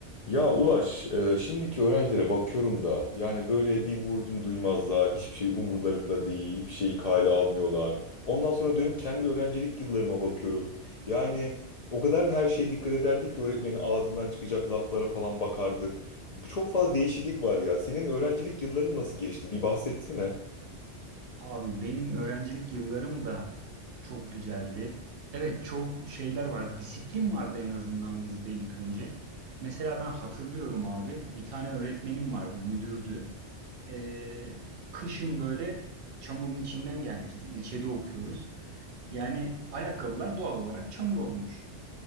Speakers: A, on the left (about 65°); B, on the right (about 60°).
A: Ya Ulaş, e, şimdiki öğrencilere bakıyorum da yani böyle bir vurdum duymazlar, hiçbir şey umurlarında değil, hiçbir şeyi kale almıyorlar. Ondan sonra dönüp kendi öğrencilik yıllarıma bakıyorum. Yani o kadar her şeye dikkat ederdik ki öğretmenin ağzından çıkacak laflara falan bakardık. Çok fazla değişiklik var ya. Senin öğrencilik yılların nasıl geçti? Bir bahsetsene.
B: Abi benim öğrencilik yıllarım da çok güzeldi. Evet çok şeyler vardı. Disiplin vardı en azından bizde ilk önce. Mesela ben hatırlıyorum abi bir tane öğretmenim vardı müdürdü. Ee, kışın böyle çamurun içinden gelmişiz. İlçede okuyoruz. Yani ayakkabılar doğal olarak çamur olmuş.